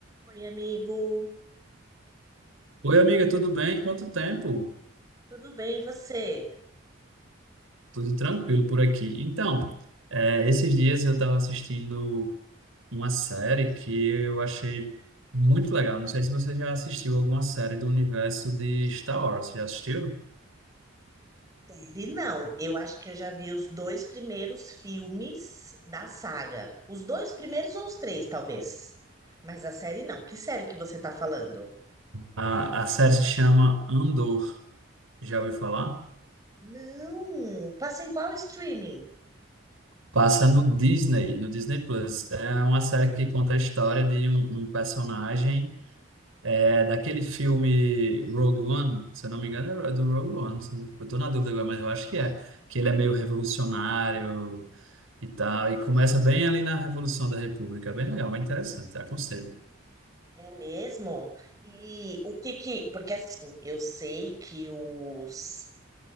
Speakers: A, on the right; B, on the right.
A: Oi, amigo.
B: Oi, amiga, tudo bem? Quanto tempo?
A: Tudo bem, e você?
B: Tudo tranquilo por aqui. Então, eh, esses dias eu estava assistindo uma série que eu achei muito legal. Não sei se você já assistiu alguma série do universo de Star Wars. Já assistiu?
A: Série não. Eu acho que eu já vi os dois primeiros filmes da saga. Os dois primeiros ou os três, talvez. Mas a série não. Que série que você tá falando?
B: A, a série se chama Andor. Já ouviu falar?
A: Não. Passa em qual streaming?
B: Passa no Disney, no Disney Plus. É uma série que conta a história de um, um personagem. É daquele filme Rogue One, se eu não me engano, é do Rogue One. se Eu não- eu tô na dúvida agora, mas eu acho que é. Que ele é meio revolucionário e tal. E começa bem ali na Revolução da República. É Bem legal, bem interessante, aconselho.
A: É mesmo? E o que que... Porque assim, eu sei que os